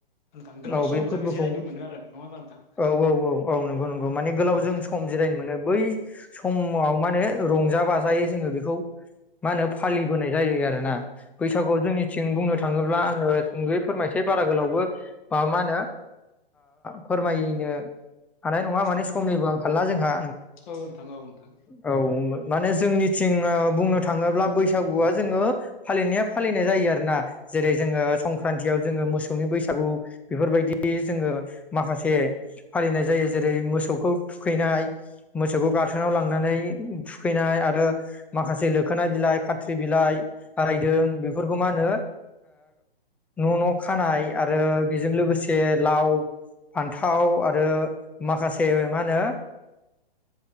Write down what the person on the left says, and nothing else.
नोंथां गोलाव
सम
जोङो जिरायनो मोनो आरो नङा होमबा नोंथां
औ
हास्लाब
औ नोंथां औ नोंथां